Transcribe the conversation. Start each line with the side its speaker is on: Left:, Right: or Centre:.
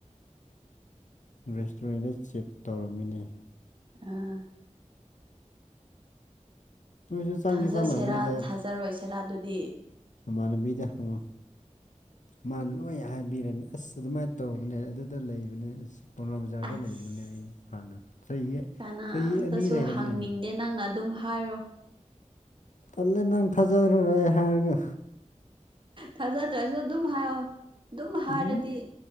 Left: ꯔꯦꯁꯇꯨꯔꯦꯟꯗ ꯆꯤꯞ ꯇꯧꯔꯝꯃꯤꯅꯦ
Right: ꯑꯥ
Left: ꯅꯣꯏꯁꯨ ꯆꯪꯗꯤ
Right: ꯊꯥꯖꯁꯦꯔꯥ
Left: ꯆꯪꯂꯝꯒꯅꯤꯗ
Right: ꯊꯥꯖꯔꯣꯏꯁꯤꯦꯔꯥ ꯑꯗꯨꯗꯤ
Left: ꯃꯥꯅꯕꯤꯗ ꯈꯉꯣ ꯃꯥ ꯍꯣꯏ ꯍꯥꯏꯕꯤꯔꯅꯤ ꯑꯁ ꯑꯗꯨꯃꯥꯏꯅ ꯇꯧꯕꯅꯦ ꯑꯗꯨꯗ ꯂꯩꯕꯅꯦ ꯑꯁ ꯀꯧꯅꯥ ꯕꯖꯥꯔꯗ
Right: ꯑꯁ
Left: ꯂꯩꯕꯅꯦ ꯑꯩ ꯍꯥꯟꯅ ꯆꯍꯤ
Right: ꯀꯅꯥꯝꯇꯁꯨ
Left: ꯆꯍꯤ ꯑꯅꯤ ꯂꯩꯔꯝꯃꯦ
Right: ꯍꯪꯅꯤꯡꯗꯦ ꯅꯪꯅ ꯑꯗꯨꯝ ꯍꯥꯏꯔꯣ
Left: ꯇꯜꯂꯦ ꯅꯪ ꯊꯥꯖꯈꯔꯔꯣꯏ ꯑꯩ ꯍꯥꯏꯔꯒ
Right: ꯊꯥꯖꯗ꯭ꯔꯁꯨ ꯑꯗꯨꯝ ꯍꯥꯏꯌꯣ ꯑꯗꯨꯝ ꯍꯥꯏꯔꯗꯤ
Left: ꯎꯝ